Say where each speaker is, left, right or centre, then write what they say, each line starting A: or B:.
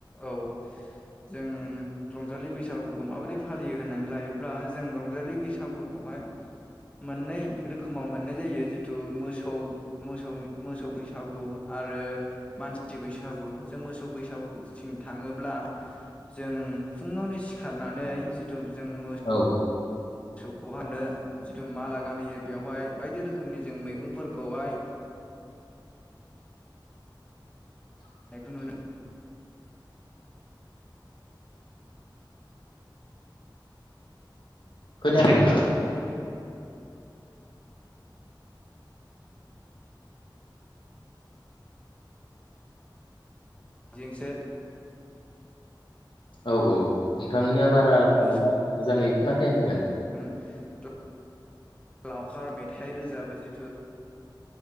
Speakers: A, on the left; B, on the left.
A: औ जों रंजालि बैसागुखौ माबोरै फालियो होननानै लायोब्ला जों रंजालि बैसागुखौहाय मोननै रोखोमाव मोननाय जायो। जिथु मोसौ मोसौनि मोसौ बैसागु आरो मानसि बैसागु जों मोसौ बैसागु बुंनो थाङोब्ला जों फुङावनो सिखारनानै धुबजों मोस
B: औ
A: मोसौखौ आङो जिथु माला गानहोयो बेवहाय बायदि रोखोमनि जों मैगंफोरखौहाय जायखौ नुनो
B: खोनायाखै नोंथां।
A: बेजोंसो
B: औ औ नोंथांनिया बारा साउन्डआ
A: मोसौ
B: मोजाङै खोनाफायाखै माने
A: <inaudible> लावखार मेथाइ रोजाबो जिथु